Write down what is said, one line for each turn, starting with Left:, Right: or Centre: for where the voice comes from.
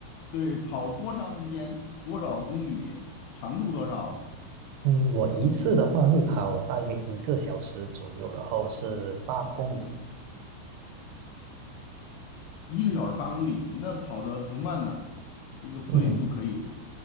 Left: 对，跑多长时间？多少公里？长度多少？
Right: 嗯，我一次的话会跑大约一个小时左右，然后是八公里。
Left: 一个小时八公里，那跑的不慢呢，这个配速可以。
Right: 嗯，